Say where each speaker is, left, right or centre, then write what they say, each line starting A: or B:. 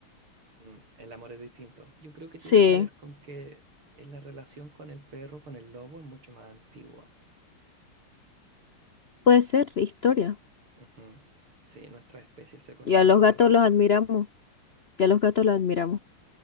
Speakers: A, on the right; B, on the left.
A: Mm, El amor es distinto. Yo creo que
B: Sí,
A: tiene que ver con que eh, la relación con el perro, con el lobo, es mucho más antigua.
B: puede ser historia.
A: Ujú. Sí, nuestras especies se conocen
B: Y a los
A: de hace
B: gatos
A: rato.
B: los admiramos. Y a los gatos los admiramos.